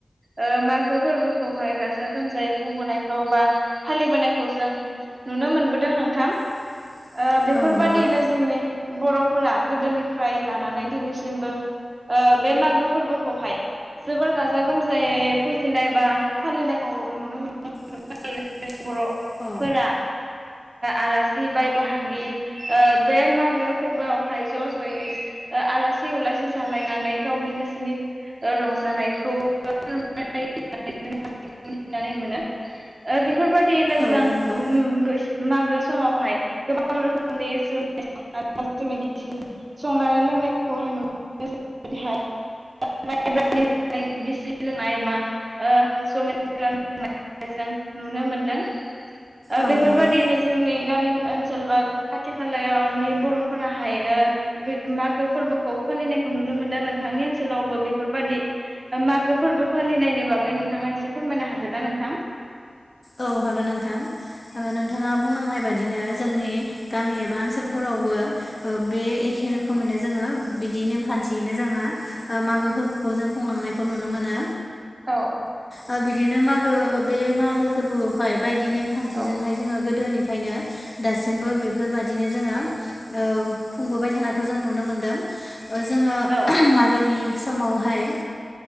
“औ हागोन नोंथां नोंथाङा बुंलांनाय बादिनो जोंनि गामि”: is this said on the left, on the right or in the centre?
Left